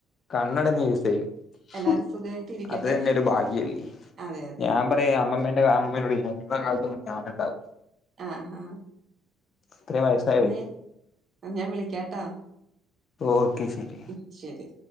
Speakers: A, on the left; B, on the right.
A: കണ്ണടക്കെ യൂസെയ്യും
B: എല്ലാരും സുഖായിട്ട് ഇരിക്കട്ടെ
A: അത് തന്നെ ഒരു ഭാഗ്യല്ലേ.
B: അതെ അതെ
A: ഞാൻ പറയാ അമ്മമ്മേന്റെ അമ്മമ്മനോട് <unintelligible> കാലത്തൊന്നും ഞാന്ണ്ടാവില്ല.
B: ആഹഹ
A: ഇത്രയും വയസ്സായവര്
B: നീ ആ ഞാൻ വിളിക്കാട്ടോ.
A: ഓക്കെ ശരി
B: ഉ ശരി.